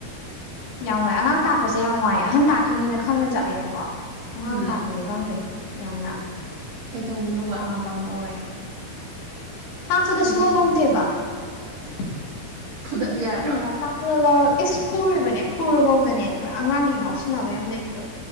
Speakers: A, on the left; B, on the right.
A: ꯌꯥꯝ ꯋꯥꯏ ꯑꯉꯥꯡ ꯇꯥꯛꯄꯁꯦ ꯌꯥꯝ ꯋꯥꯏ ꯑꯍꯟ ꯇꯥꯛꯈꯤꯕꯅꯤꯅ ꯈꯪꯅ ꯆꯠꯂꯦꯕꯀꯣ ꯑꯉꯥꯡ
B: ꯎꯝ
A: ꯇꯛꯄꯁꯦ ꯀꯪꯗꯦ꯫ ꯌꯥꯝꯅ
B: ꯀꯩꯗꯧꯋꯤꯅꯣꯕ
A: ꯋꯥꯕ ꯑꯃ ꯑꯣꯏ ꯇꯥꯛꯄꯗ
B: ꯍꯥꯏꯗꯤ
A: ꯁꯨꯡꯂꯧ ꯂꯧꯗꯦꯕ꯫ <unintelligible>
B: ꯐꯨꯗꯠꯂꯨ ꯌꯥꯗ꯭ꯔꯣ
A: ꯍꯪꯕ ꯇꯥꯛꯄꯗ ꯂꯧꯔ ꯑꯦꯁ ꯐꯨꯔꯤꯕꯅꯦ ꯐꯨꯔꯨꯐꯧꯗꯅꯦ ꯄꯨꯔꯥ ꯑꯉꯥꯡꯒꯤ ꯉꯥꯎꯁꯤꯟꯅꯕ ꯌꯥꯝ ꯂꯩꯕꯗꯣ꯫